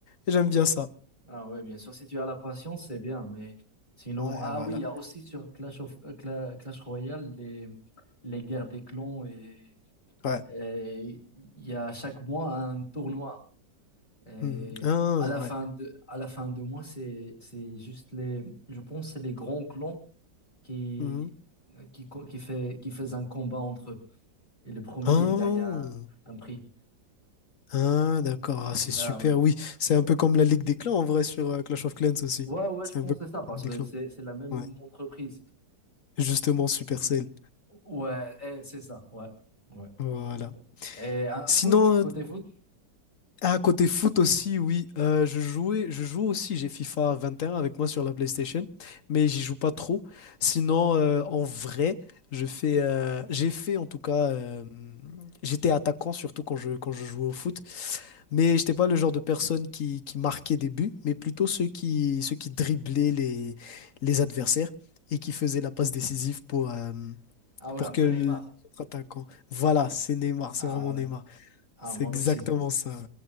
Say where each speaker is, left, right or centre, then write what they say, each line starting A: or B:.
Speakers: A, on the left; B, on the left.
A: Et j'aime bien ça.
B: Ah ouais, bien sûr, si tu as la patience, c'est bien, mais sinon,
A: Ouais,
B: ah
A: voilà.
B: oui, il y a aussi sur Clash of euh, Cla- Clash Royale les, les guerres des clans et,
A: Ouais.
B: et il y a chaque mois un tournoi. Et
A: Mhm. Ah,
B: à la
A: ouais.
B: fin de, à la fin de mois, c'est, c'est juste les, je pense, c'est les grands clans qui,
A: Mhm.
B: qui, co- qui fait, qui faisaient un combat entre eux. Et le premier,
A: Oh.
B: il gagne un, un prix.
A: Ah, d'accord. Ah, c'est super.
B: Ah ouais.
A: Oui, c'est un peu comme la Ligue des Clans en vrai sur euh, Clash of Clans aussi.
B: Ouais, ouais,
A: C'est
B: je pense
A: un peu comme
B: que c'est ça, parce
A: la Ligue
B: que
A: des Clans.
B: c'est c'est la même
A: Ouais.
B: entreprise.
A: Justement, Supercell.
B: Ouais, eh, c'est ça, ouais, ouais.
A: Voilà.
B: Et hein,
A: Sinon,
B: foot,
A: euh,
B: côté foot,
A: Ah, côté foot aussi, oui. Euh, je jouais, je joue aussi, j'ai FIFA 21 avec moi sur la PlayStation, mais j'y joue pas trop. Sinon, euh, en vrai, je fais, euh, j'ai fait en tout cas, euh, j'étais attaquant surtout quand je, quand je jouais au foot, mais j'étais pas le genre de personne qui, qui marquait des buts, mais plutôt ceux qui, ceux qui driblaient les, les adversaires et qui faisaient la passe décisive pour, euh,
B: ah ouais,
A: pour
B: un
A: que
B: peu
A: l'autre
B: Neymar.
A: attaquant. Voilà, c'est Neymar, c'est
B: Ah
A: vraiment
B: ouais,
A: Neymar.
B: ah,
A: C'est
B: moi
A: exactement
B: aussi.
A: ça. ouais.